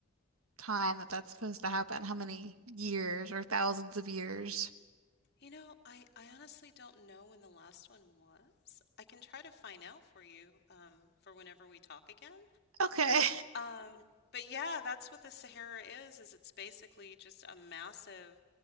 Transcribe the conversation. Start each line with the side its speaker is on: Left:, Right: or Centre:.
Right: time that that's supposed to happen? How many years or thousands of years?
Left: you know, I, I honestly don't know when the last one was. I can try to find out for you um, for whenever we talk again.
Right: Okay.
Left: Um, <laughs> but yeah, that's what the Sahara is, is it's basically just a massive,